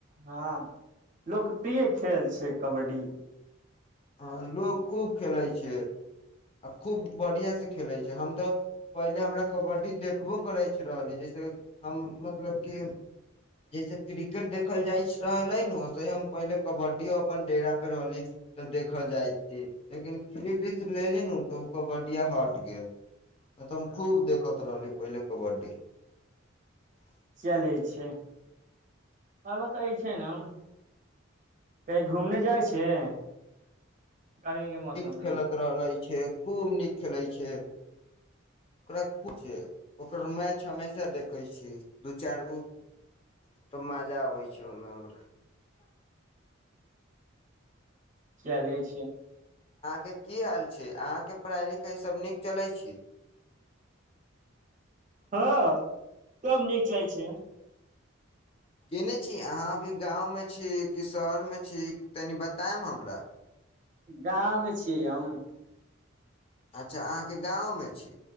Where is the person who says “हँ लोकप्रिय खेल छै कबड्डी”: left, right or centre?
Right